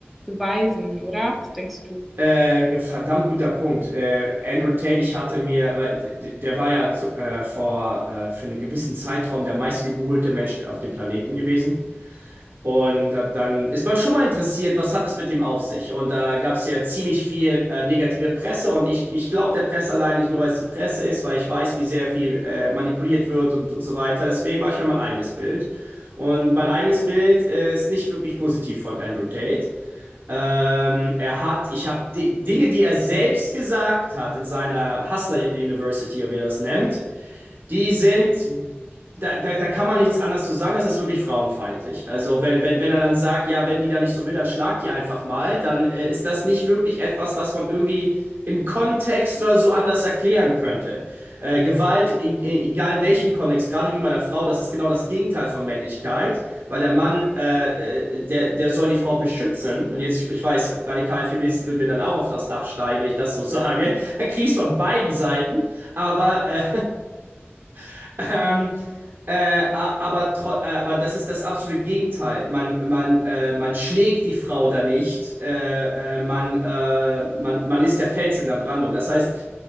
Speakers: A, in the centre; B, on the right (about 55°).
A: beweisen, oder? Was denkst du?
B: Äh, verdammt guter Punkt. Äh, Andrew Tate, ich hatte mir, weil d- der war ja zu, äh, vor äh, für einen gewissen Zeitraum der meistgegoogelte Mensch auf dem Planeten gewesen. Und da- dann ist man schon mal interessiert, was hat es mit dem auf sich? Und da gab es ja ziemlich viel äh, negative Presse und ich, ich glaube der Presse allein nicht nur, weil es die Presse ist, weil ich weiß, wie sehr viel äh, manipuliert wird und, und so weiter. Deswegen mache ich mir mein eigenes Bild. Und mein eigenes Bild äh, ist nicht wirklich positiv von Andrew Tate. Ähm, er hat, ich habe Dinge, die er selbst gesagt hat in seiner Hustler University, oder wie er das nennt, die sind, da, da, da kann man nichts anderes zu sagen, das ist wirklich frauenfeindlich. Also wenn, wenn, wenn er dann sagt, ja, wenn die da nicht so will, dann schlag die einfach mal, dann äh, ist das nicht wirklich etwas, was man irgendwie im Kontext oder so anders erklären könnte. Äh, Gewalt, e- e- egal in welchem Kontext, gerade wie bei einer Frau, das ist genau das Gegenteil von Männlichkeit, weil der Mann, äh, äh, der, der soll die Frau beschützen. Und jetzt, ich weiß, radikale Feministen würden mir dann auch auf das Dach steigen, wenn ich das so sage. <laughs> Dann krieg ich's von beiden Seiten. Aber, äh, <laughs> ähm, äh, a- aber, tro äh, aber das ist das absolute Gegenteil. Man, man, äh, man schlägt die Frau da nicht. Äh, äh, man, äh, man, man ist der Fels in der Brandung. Das heißt,